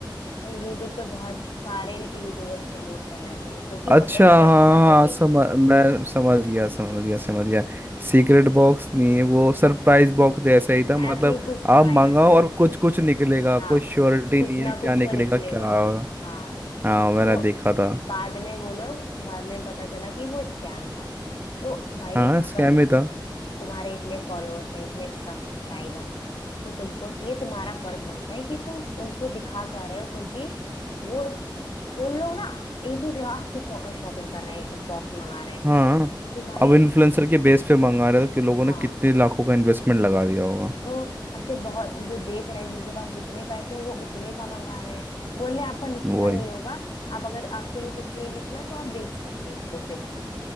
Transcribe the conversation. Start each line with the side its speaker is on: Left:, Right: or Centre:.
Left: यूट्यूब पे बहुत सारे यूट्यूबर्स प्रमोट कर रहे थे जो कि
Right: अच्छा
Left: बड़े बड़े
Right: हाँ
Left: अच्छे खाते
Right: हाँ
Left: थे
Right: समझ मैं समझ गया समझ गया समझ गया सीक्रेट बॉक्स नहीं वो सरप्राइज बॉक्स जैसा ही था मतलब
Left: ऐसे ही कुछ
Right: आप
Left: था यार
Right: मंगाओ और कुछ कुछ निकलेगा
Left: हाँ
Right: कोई श्योरिटी
Left: कुछ
Right: नहीं
Left: ना
Right: है क्या
Left: कुछ
Right: निकलेगा
Left: तो निकलेगा
Right: क्या
Left: हाँ
Right: हाँ मैंने
Left: तो
Right: देखा था
Left: बाद में वो लोग बाद में पता चला कि वो स्कैम था तो भाई
Right: हाँ स्कैम
Left: अगर
Right: ही था
Left: तुम्हारे इतने फॉलोअर्स हैं इतने सब्सक्राइबर्स हैं तो तुमको ये तुम्हारा फर्ज बनता है कि तुम उनको दिखा क्या रहे हो क्योंकि वो उन लोग ना एक एक लाख के शॉपिंग कर रहे हैं बॉक्स मंगा रहे हैं
Right: हाँ
Left: तो भाई
Right: अब इन्फ्लुएंसर के बेस पे मंगा रहे थे कि लोगों ने
Left: हाँ
Right: कितने लाखों का इन्वेस्टमेंट लगा दिया होगा
Left: तो ऐसे बहुत जो देख रहे हैं जिनके पास जितने पैसे हैं वो उतने का मंगा रहे हैं बोल रहे हैं आपका नुकसान
Right: वही
Left: नहीं होगा आप अगर आपके में कुछ नहीं निकला तो आप बेच सकते हैं इसको फिर से